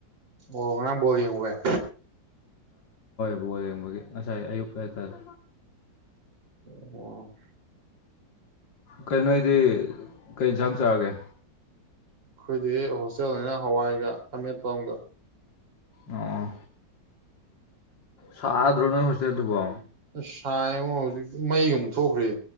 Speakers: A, on the right; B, on the left.
A: ꯑꯣ ꯉꯔꯥꯡ ꯕꫭꯜ ꯌꯦꯡꯎꯕꯩ꯫
B: ꯕꫭꯜ ꯌꯦꯡꯕꯒꯤ ꯉꯁꯥꯏ ꯑꯌꯨꯛ ꯍꯥꯏꯇꯥꯔꯦ꯫
A: ꯑꯣ꯫
B: ꯀꯩ ꯅꫭꯏꯗꯤ ꯀꯩ ꯌꯦꯟꯁꯥꯡ ꯆꯥꯔꯒꯦ꯫
A: ꯑꯈꯣꯏꯗꯤ ꯍꯣꯁꯇꯦꯜꯅꯤꯅ ꯍꯋꯥꯏꯒ ꯑꯃꯦꯠꯄ ꯑꯃꯒ꯫
B: ꯑꯣ꯫ ꯁꯥꯗ꯭ꯔꯣ ꯅꯣꯏ ꯍꯣꯁꯇꯦꯜꯗꯨꯕꯣ꯫
A: ꯏꯁ ꯁꯥꯏꯉꫭ ꯍꯧꯖꯤꯛꯇꯤ ꯃꯩꯒ ꯃꯨꯊꯣꯛꯈ꯭ꯔꯦ꯫